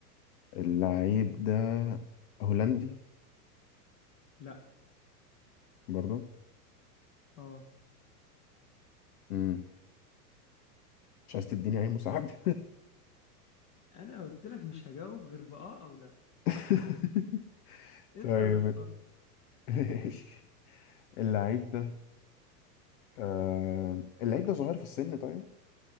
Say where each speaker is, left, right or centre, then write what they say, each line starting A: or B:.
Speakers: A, on the left; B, on the left.
A: اللعيب ده هولندي
B: لا
A: برضو
B: اه
A: مم. مش عايز تديني اي مساعدة
B: انا قلت لك مش هجاوب غير باه او لا
A: <laughs>
B: انت
A: طيب
B: اللي اخترت
A: ماشي. اللعيب ده آه... اللعيب ده صغير في السن طيب